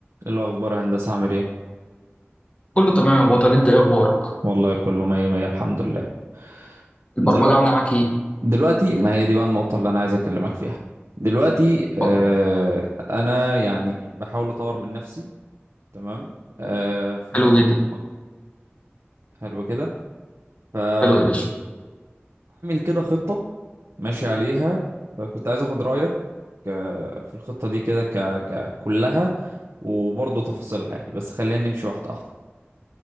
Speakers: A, on the right (about 85°); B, on the left (about 30°).
A: إيه الأخبار يا هندسة عامل ايه؟
B: كله تمام يا بطل انت ايه اخبارك
A: والله كله مية مية الحمد لله الحمد
B: البرمجه
A: دلوقتي
B: عامله معاك ايه
A: دلوقتي ما هي دي بقى النقطة اللي أنا عايز أكلمك فيها دلوقتي آه
B: اتفضل
A: أنا يعني بحاول أطور من نفسي تمام آه في
B: حلو
A: مجال
B: جدا
A: البرمجة. حلو كده فعامل
B: حلو يا باشا
A: كده خطة ماشي عليها فكنت عايز أخد رأيك آه، في الخطة دي كده ك... ك... كلها وبرضه تفاصيلها يعني بس خلينا نمشي واحدة واحدة